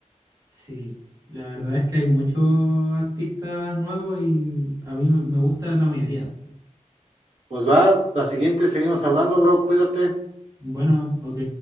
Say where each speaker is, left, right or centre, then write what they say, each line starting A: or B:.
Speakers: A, on the right (about 30°); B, on the right (about 60°).
A: Sí, la verdad es que hay muchos artistas nuevos y a mí me me gusta la mayoría.
B: Pues va, la siguiente seguimos hablando, bro, cuídate.
A: Bueno, ok.